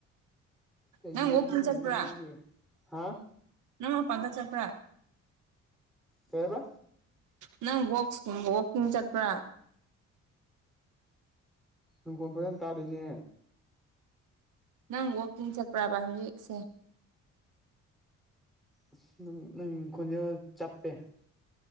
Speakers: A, in the centre; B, on the right.
A: ꯀꯩꯒꯤ
B: ꯅꯪ ꯋꯥꯀꯤꯡ
A: ꯌꯦꯡꯅꯤꯡꯉꯤꯅꯣ
B: ꯆꯠꯄ꯭ꯔꯥ
A: ꯅꯪꯗꯤ ꯍꯥ
B: ꯅꯪ ꯃꯄꯥꯟꯗ ꯆꯠꯄ꯭ꯔꯥ
A: ꯀꯩ ꯍꯥꯏꯕ
B: ꯅꯪ ꯁ ꯋꯥꯀꯤꯡ ꯆꯠꯄ꯭ꯔꯥ
A: ꯅꯨꯡꯈꯣꯟ ꯐꯖꯅ ꯇꯥꯗꯦꯅꯦ
B: ꯅꯪ ꯋꯥꯛꯀꯤꯡ ꯆꯠꯄ꯭ꯔꯕ ꯍꯧꯖꯤꯛꯁꯦ
A: ꯑꯁ ꯅꯪ ꯈꯣꯟꯖꯦꯜ ꯆꯞꯄꯦ